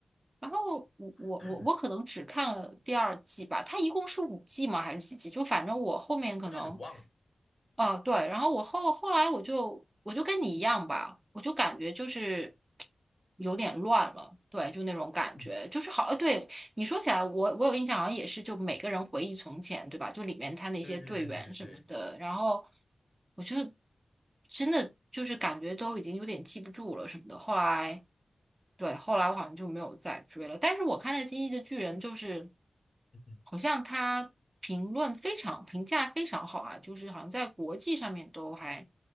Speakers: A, on the right; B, on the left.
A: 然后我我我我可能只看了第二季吧，
B: <coughs>
A: 它一共是五季吗？还是几季？就反正我后面可能
B: <clears throat> 我有点忘了。
A: 啊，对，然后我后后来我就我就跟你一样吧，我就感觉就是有点乱了，对，就那种感觉，
B: 嗯
A: 就是好，呃，对，你说起来，我我有印象，好像也是，就每个人回忆从前，对吧？就里面他那些队员什么的，
B: 对对对对对对，
A: 然后我觉得真的就是感觉都已经有点记不住了什么的。后来，对，后来我好像就没有再追了，但是我看那《进击的巨人》就是。
B: 嗯哼，
A: 好像他评论非常评价非常好啊，就是好像在国际上面都还